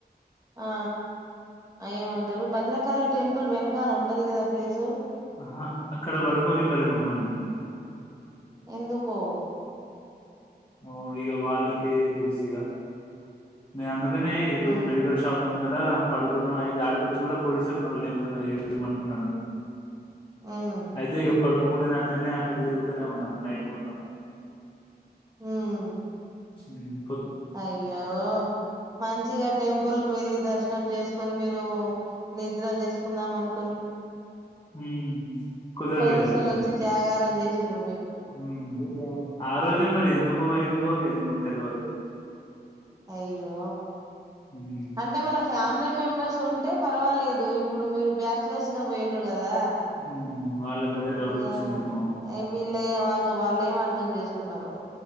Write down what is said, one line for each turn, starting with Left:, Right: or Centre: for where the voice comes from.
Right: ఆ ఏమంటారు భద్రకాళి టెంపుల్ వెనకాల ఉంటది కదా ప్లేసు
Left: ఆహా అక్కడ పడుకొనివ్వలే మమ్మల్ని
Right: ఎందుకో
Left: ఓ ఇగ వాళ్ళకే తెలుసు ఇగ నేను అన్నాన్ అందుకనే ఇటు
Right: ఉహు
Left: మెడికల్ షాప్ ముంద అక్కడ పడుకున్నాం ఐతే ఆడకొచ్చి కూడా పోలీసోళ్ళు మళ్ళ లేపుతున్నారు ఏంటి ఇక్కడ పనుకున్నారని
Right: ఉమ్
Left: ఆయితే ఇక పడుకోకుండానే అట్లనే అటుఇటు తిరుగుతూనే ఉన్నాం నైట్ మొత్తం
Right: హ్మ్
Left: హ్మ్
Right: అయ్యో మంచిగా టెంపుల్ వెళ్ళి దర్శనం చేసుకొని మీరు నిద్ర చేసుకుందాం అను
Left: మ్మ్ కుదరలేదు
Right: పోలీసోళ్ళు
Left: అది
Right: వచ్చి జాగారం చేసిండ్రు మీకు
Left: మ్మ్ ఆ రోజే మరి ఎందుకుయిందో ఎందు తెల్వదు
Right: అయ్యో
Left: ఉమ్,
Right: అంటే మన ఫ్యామి లీ మెంబర్స్ ఉంటే పర్వాలేదు ఇప్పుడు మీరు బ్యాచిలర్స్ గా పోయి యిండ్రు కదా
Left: ఉమ్, వాళ్ళకి అదే డౌట్
Right: ఈగ
Left: వచ్చిందేమో
Right: అవి లే వాళ్ళు వాళ్ళు ఏం అర్థం చేసుకున్నారు